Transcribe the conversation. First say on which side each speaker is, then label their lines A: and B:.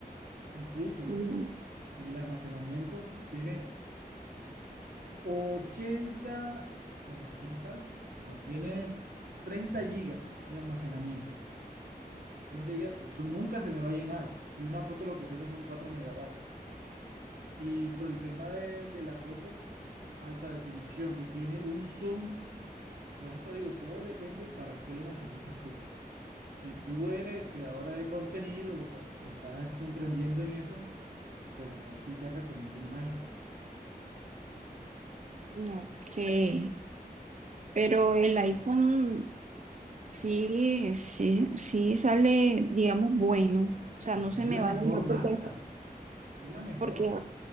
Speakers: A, on the right; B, on the right.
A: Incluso
B: Mm,
A: el almacenamiento tiene ochenta no ochenta no tiene 30 gigas de almacenamiento, sí. 30 gigas, eso nunca se me va a llenar. Si una foto lo que pesa son 4 megabytes. Y por el tema de, de la foto, es alta definición y tiene un zoom. Por eso te digo, todo depende para qué lo necesitas tú. Si tú eres creadora de contenido o ta- estás emprendiendo en eso, pues ahí sí te recomiendo un iPhone.
B: ok, pero el iPhone... Sí, sí, sí sale, digamos, bueno. O sea,
A: Pues
B: no se
A: es
B: me
A: la
B: va
A: mejor
B: a dañar
A: marca,
B: porque,
A: esa es la mejor.
B: porque